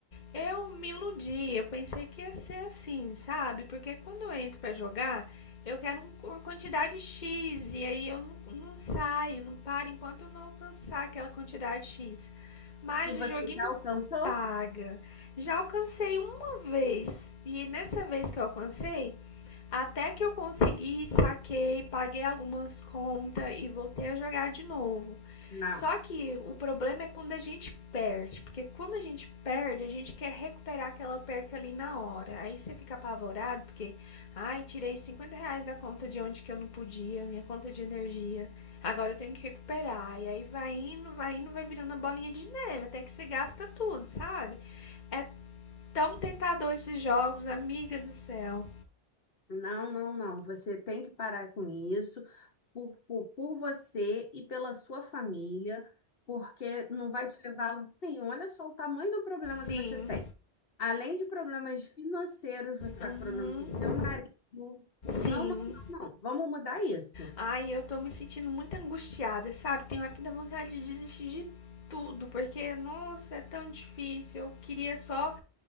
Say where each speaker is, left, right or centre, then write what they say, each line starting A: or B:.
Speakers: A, on the left; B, on the left.
A: Eu me iludi, eu pensei que ia ser assim, sabe? Porque quando eu entro para jogar, eu quero um- uma quantidade X e aí eu não, não saio, não paro enquanto eu não alcançar aquela quantidade X. Mas
B: E você
A: o joguinho
B: já
A: não
B: alcançou?
A: paga. Já alcancei uma vez. E nessa vez que eu alcancei, até que eu consegui, saquei, paguei algumas contas e voltei a jogar de novo.
B: Não.
A: Só que o problema é quando a gente perde, porque quando a gente perde, a gente quer recuperar aquela perca ali na hora. Aí você fica apavorado, porque, ai, tirei 50 reais da conta de onde que eu não podia, minha conta de energia, agora eu tenho que recuperar. E aí vai indo, vai indo, vai virando a bolinha de neve, até que você gasta tudo, sabe? É tão tentador esses jogos, amiga do céu.
B: Não, não, não. Você tem que parar com isso por, por, por você e pela sua família, porque não vai te levar a lugar nenhum. Olha só o tamanho do problema
A: Sim,
B: que você tem. Além de problemas financeiros, você está
A: uhum,
B: com problema com o seu marido. Não,
A: sim,
B: não, não, não. Vamos mudar isso.
A: Ai, eu tô me sentindo muito angustiada, sabe? Tem hora que dá vontade de desistir de tudo, porque, nossa, é tão difícil. Eu queria só